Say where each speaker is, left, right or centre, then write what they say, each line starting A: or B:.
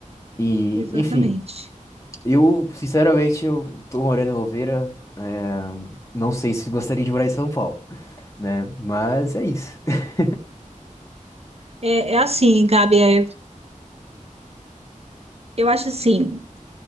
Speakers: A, on the left (about 20°); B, on the right (about 50°).
A: E,
B: exatamente.
A: enfim, eu, sinceramente, eu tô morando em Louveira. é, não sei se gostaria de morar em São Paulo, né? Mas é isso. <laughs>
B: É, é assim, Gabi, é, Eu acho assim,